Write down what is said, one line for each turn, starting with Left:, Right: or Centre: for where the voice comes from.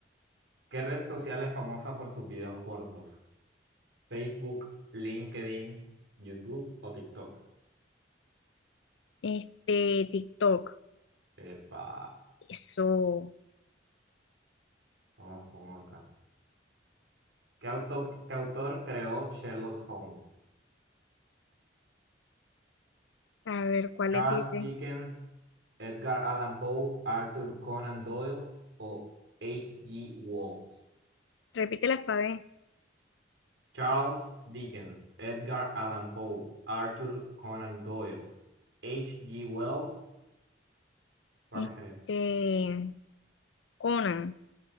Right: ¿Qué red social es famosa por sus videos cortos? ¿Facebook, LinkedIn, YouTube o TikTok?
Left: Este, TikTok.
Right: Epa,
Left: Eso.
Right: vamos con otra. ¿Qué autor, qué autor creó Sherlock Holmes?
Left: A ver, ¿cuáles
Right: Charles
Left: dice?
Right: Dickens, Edgar Allan Poe, Arthur Conan Doyle o H. G. Wells.
Left: Repítelas para ver.
Right: Charles Dickens, Edgar Allan Poe, Arthur Conan Doyle, H. G. Wells. ¿Cuál
Left: Este,
Right: es que
Left: Conan,